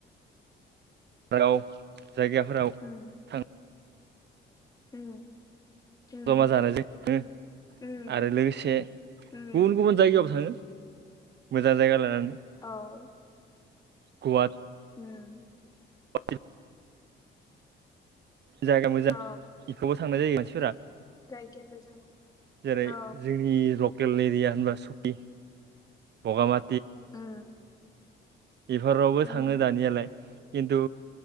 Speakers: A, on the right; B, on the left.
A: राव जायगाफोराव
B: उम
A: थां
B: उम उम
A: जमा जानायजों
B: उम
A: आरो लोगोसे गुबुन
B: उम
A: गुबुन जायगायाव थाङो। मोजां जायगा लानानै
B: औ।
A: गुवाद
B: ओं
A: <unintelligible> जायगा मोजां
B: औ
A: बेखौबो थांनाय जायो मानसिफोरा।
B: जायखिबो जों
A: जेरै
B: औ
A: जोंनि र लकेल एरिया होनबा सुखि बगामा
B: उम
A: बेफोरावबो
B: उम
A: थाङो दानियालाय खिन्थु